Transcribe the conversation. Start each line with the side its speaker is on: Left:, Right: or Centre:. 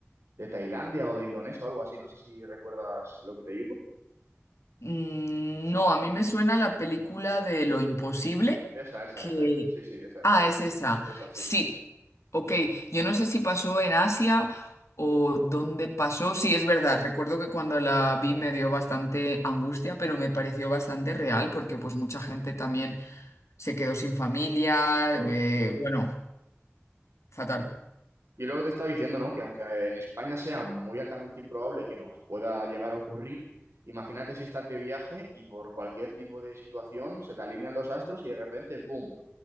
Right: de Tailandia o de Indonesia o algo así, no sé si recuerdas lo que te digo.
Left: Mm, no, a mí me suena la película de Lo Imposible,
Right: Esa, esa,
Left: que...
Right: esa es, sí, sí, esa es,
Left: Ah, es esa.
Right: esa sí,
Left: Sí, ok. Yo no sé si pasó en Asia o dónde pasó. Sí, es verdad. Recuerdo que cuando la vi me dio bastante angustia, pero me pareció bastante real porque pues mucha gente también se quedó sin familia.
Right: claro.
Left: eh, bueno, fatal.
Right: Y es lo que te estaba diciendo, ¿no? Que aunque en España sea muy altamente improbable que nos pueda llegar a ocurrir, imagínate si estás de viaje y por cualquier tipo de situación se te alinean los astros y de repente, ¡boom!,